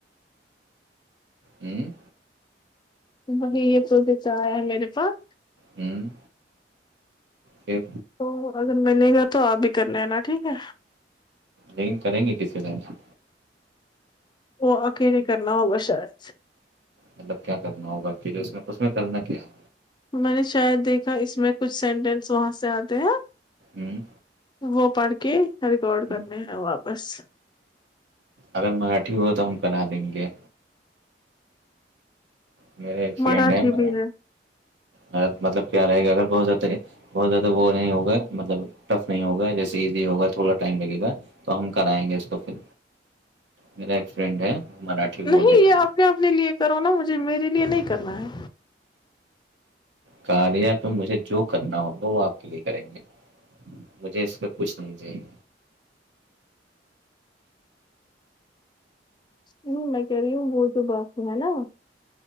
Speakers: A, on the right (about 85°); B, on the left (about 25°).
A: ہوں
B: وہی یہ تو بھی چ آ ہے میرے پاس
A: ہوں پھر
B: تو اگر ملے گا تو آپ بھی کر لینا ٹھیک ہے
A: لیکن کریں گے کسسی طائ سے
B: وہ اکے کرنا ہوگا شاید
A: مطلب کیا کرنا ہوگا کےے اس میں اس میں کرنا کیا ہے
B: میں نے شاید دیکھا اس میں کچھ سینٹینس وہاں سے آتے ہیں
A: ہوں
B: وہ پڑھ کے ریکارڈ
A: ہوں
B: کرنے ہیں واپس
A: اگر مراٹھی ہو تو ہم کرا دیں گے میرا ایک فرینڈ
B: مراٹھی
A: ہے مر
B: بھی
A: مر مطلب کیا رہے گا اگر بہت زیادہ بہت زیادہ وہ نہیں ہوگا مطلب ٹف نہیں ہوگا جیسے ایزی ہوگا تھوڑا ٹائم لگے گا تو ہم کرائیں گے اس کو پھر میرا ایک فرینڈ ہے مراٹھی
B: نہیں
A: بول دیتا
B: یہ
A: ہے
B: اپنے اپنے لیے کرو نا مجھے میرے لیے نہیں کرنا ہے
A: کار یا تو مجھے جو کرنا ہوگا وہ آپ کے لیے کریں گے مجھے اس میں کچھ نہیں چاہیے
B: ہوں میں کہہ رہی ہوں وہ تو باقی ہے نا